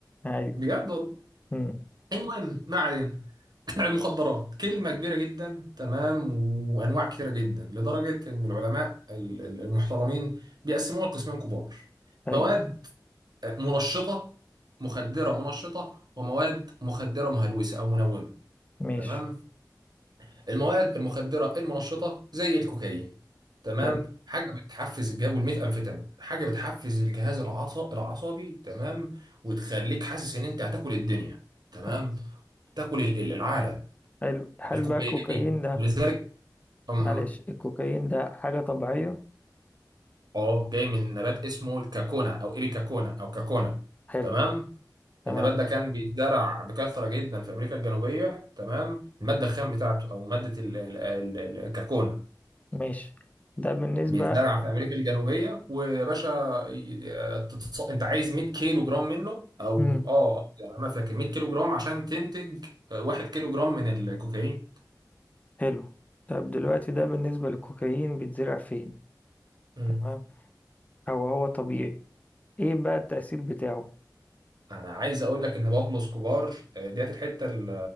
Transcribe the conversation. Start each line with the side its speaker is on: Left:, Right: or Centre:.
Left: أيوه
Right: بجد والله
Left: مم.
Right: المهم ما علينا <laughs> <clears throat> المخدرات كلمه كبيره جدا تمام وانواع كثيره جدا لدرجه ان العلماء ال- ال- المحترمين بيقسموها لقسمين كبار
Left: حلو
Right: مواد مرشطه مخدره منشطه ومواد مخدره مهلوسه او منومه
Left: ماشي
Right: تمام المواد المخدره المنشطه زي الكوكايين تمام
Left: حلو
Right: حاجه بتحفز الجهاز والميثامفيتامين حاجه بتحفز الجهاز العص- العصبي تمام وتخليك حاسس ان انت هتاكل الدنيا تمام
Left: طب
Right: تاكل ال- ال- العالم
Left: حلو هل
Right: الكوكايين
Left: بقى الكوكايين ده
Right: ولذلك أم-
Left: معلش الكوكايين ده حاجة طبيعية
Right: اه جاي من نبات اسمه الكاكونا او ايبيكاكونا او كاكونا
Left: حلو
Right: تمام
Left: تمام
Right: النبات ده كان بيتزرع بكثره جدا في امريكا الجنوبيه تمام الماده الخام بتاعته او ماده ال- ال- ال- الكاكونا
Left: ماشي ده بالنسبة
Right: بيتزرع في امريكا الجنوبيه ويا باشا ي- تتص... انت عايز 100 كيلو جرام منه او
Left: مم.
Right: اه يعني ما فاكر 100 كيلو جرام عشان تنتج 1 كيلو جرام من الكوكايين
Left: حلو طب دلوقتي ده بالنسبة للكوكايين بيتزرع فين
Right: مم.
Left: تمام أو هو طبيعي ايه بقى التأثير بتاعه
Right: انا عايز اقول لك ان بابلو اسكوبار آه، ديت الحته ال-